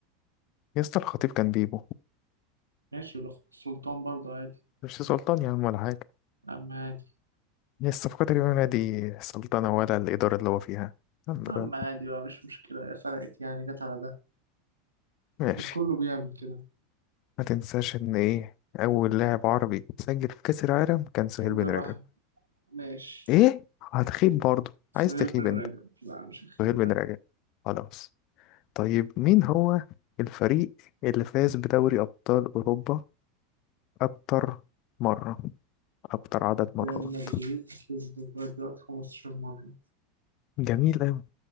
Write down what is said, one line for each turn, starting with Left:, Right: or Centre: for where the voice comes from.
Left: يا اسطى الخطيب كان بيبو
Right: ماشي ولقب السلطان برضه عادي
Left: مش سلطان يا عم ولا حاجة
Right: يا عم عادي
Left: هي الصفقة اليومية دي سلطنة ولا الإدارة اللي هو فيها الحمد
Right: يا عم
Left: لله.
Right: عادي بقى مش مشكلة يا فرقت يعني جت على ده
Left: ماشي
Right: ما كله بيعمل كده
Left: ما تنساش إن إيه أول لاعب عربي سجل في كأس العالم كان سهيل
Right: عبد
Left: بن
Right: الرحمن
Left: رجب
Right: ماشي
Left: إيه هتخيب برضه
Right: سهير
Left: عايز تخيب
Right: بن رجب
Left: أنت
Right: لا مش أخير
Left: سهيل بن
Right: يعني
Left: رجب خلاص طيب مين هو الفريق اللي فاز بدوري أبطال أوروبا أكتر مرة أكتر عدد مرات
Right: ريال مدريد كسب لغاية دلوقتي 15 مرة
Left: جميل أوي